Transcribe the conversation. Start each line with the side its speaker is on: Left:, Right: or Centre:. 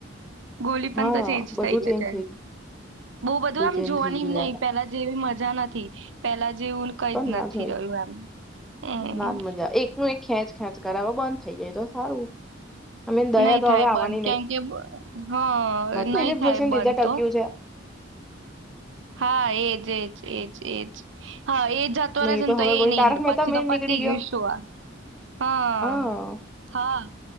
Right: ગોલી પણ
Centre: હા
Right: તો ચેન્જ
Centre: બધું
Right: થઈ ગયો
Centre: ચેન્જ
Right: છે
Centre: ગયું
Right: બહુ બધું આમ
Centre: ચેન્જ
Right: જોવાનીમ
Centre: થઈ ગયું
Right: નહિ
Centre: યાર આમાં
Right: પેલા જેવી મજા નથી પેલા જેવું કઈ
Centre: તો
Right: જ
Centre: ના
Right: નથી
Centre: હોય
Right: રહ્યું એમ. હમ
Centre: ના મજા આવે એકનું એક ખેંચ ખેંચ કરઈ હવે બંધ થઈ જાય તો સારું. અમે દયા
Right: નહી
Centre: તો
Right: થાય
Centre: હવે આવવાની
Right: બંધ કેમ
Centre: નહી
Right: કે હા નહી
Centre: દિલીપ
Right: થાય
Centre: જોશીને
Right: બંધ
Centre: લીધે ટક્યું
Right: તો
Centre: છે
Right: હા એજ એજ એજ એજ. હા એ જતો
Centre: નહી
Right: રહે છે ને તો
Centre: હવે
Right: એ
Centre: કોઈ
Right: નને
Centre: તારક મહેતા
Right: પછી
Centre: મેન
Right: તો પતી
Centre: નીકળી
Right: ગય
Centre: ગયો
Right: શું સો આ
Centre: હા
Right: હ હા